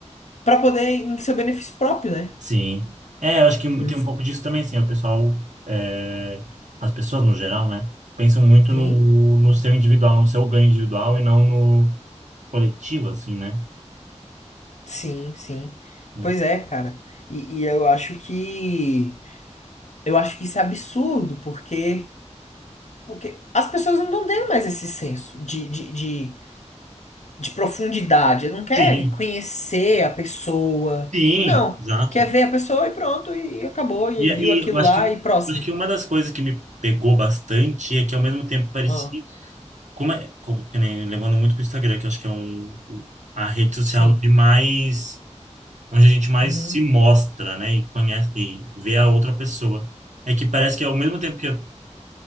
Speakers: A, on the left; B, on the right.
A: para poder em seu benefício próprio, né?
B: sim. É, eu acho que
A: Hum,
B: tem um pouco disso também, sim. O pessoal, é, as pessoas no geral, né? Pensam muito
A: Sim,
B: no, no seu individual, no seu ganho individual e não no coletivo, assim, né?
A: sim, sim.
B: Enfim.
A: Pois é, cara. E, e eu acho que eu acho que isso é absurdo, porque porque as pessoas não estão tendo mais esse senso de de de de profundidade. Não quer
B: Sim,
A: conhecer a pessoa.
B: sim,
A: Não.
B: exato.
A: Quer ver a pessoa e pronto, e acabou, e
B: E,
A: viu aquilo
B: e eu acho
A: lá
B: que, um-
A: e próximo.
B: acho que uma das coisas que me pegou bastante é que ao mesmo tempo parecia,
A: Ah,
B: como é, como, que nem- levando muito pro Instagram, que eu acho que é um, um- a rede social
A: sim.
B: de mais, onde a gente mais
A: Uhum.
B: se mostra, né, e conhece, e vê a outra pessoa. É que parece que ao mesmo tempo que eu